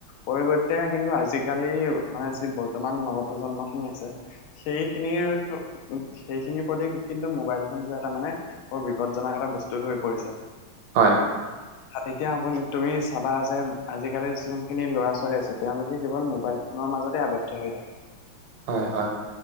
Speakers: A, on the left; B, on the right.
A: পৰিৱৰ্তে কিন্তু আজিকালি মানে যি বৰ্তমান নৱপ্ৰজন্ম খিনি আছে সেইখিনিয়ে সেইখিনিৰ প্ৰতি কিন্তু মোবাইল ফোনটো এটা মানে বৰ বিপদজনক এটা বস্তু হৈ পৰিছে
B: হয়
A: এতিয়া আপুনি তুমি চাবা যে আজিকালি যোনখিনি ল'ৰা ছোৱালী আছে তেওঁলোকে কেৱল মোবাইল <unintelligible> খনৰ মাজতে আৱদ্ধ হৈ থাকে <unintelligible>
B: হয় হয়